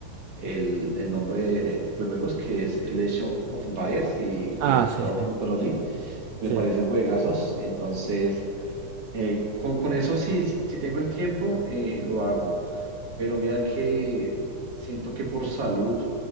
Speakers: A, on the right; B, on the right.
A: el, el nombre de ese tipo de juegos, que es el Age of of Empires y
B: Ah,
A: el Age
B: sí,
A: of
B: sí.
A: Mythology. Me
B: Sí,
A: parecen
B: sí, sí.
A: juegazos, entonces eh, con, con eso si, si, si tengo el tiempo, eh, lo hago. Pero mira que siento que por salud